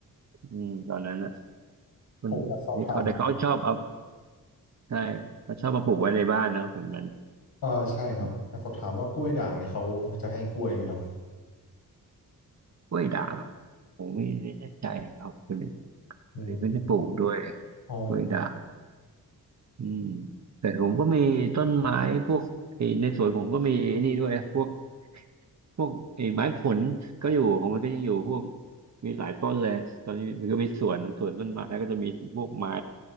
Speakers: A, on the right; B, on the left.
A: อืมตอนนั้นอ่ะมันที่เขาแต่เขาชอบเอา
B: ผมมาสอบถาม
A: ใช่ เขาชอบมาปลูกไว้ในบ้านเนาะแบบนั้น
B: เออใช่ครับมาสอบถามว่ากล้วยด่างเนี่ยเขาจะให้กล้วยไหมครับ
A: อืมกล้วยด่างผมไม่ไม่แน่ใจอะครับคนนี้
B: อืม
A: คนนี้ไม่ได้ปลูกด้วย
B: อ๋อ
A: กล้วยด่าง อืมแต่ผมก็มีต้นไม้พวกไอ้ในสวนผมก็มีไอ้นี่ด้วยพวกพวกไอ้ไม้ผลก็อยู่ของมันก็ยังอยู่พวกมีหลายต้นเลยตอนนี้มันก็มีสวนสวนต้นไม้แล้วก็จะมีพวกไม้